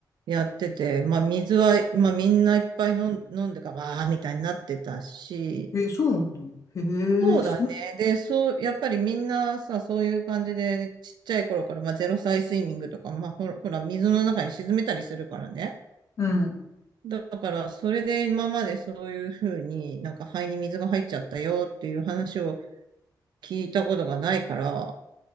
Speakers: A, on the right; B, on the left.
A: やってて、まあ水は、まあみんないっぱい飲ん、飲んでか、わーみたいになってたし、
B: え、そうなんだ。へ
A: そうだね。
B: え、そ、
A: で、そう、やっぱりみんなさ、そういう感じで、ちっちゃい頃から、まあ、ゼロ歳スイミングとか、まあ、ほら、ほら、水の中に沈めたりするからね。
B: うん。
A: だから、それで今までそういうふうになんか肺に水が入っちゃったよっていう話を聞いたことがないから、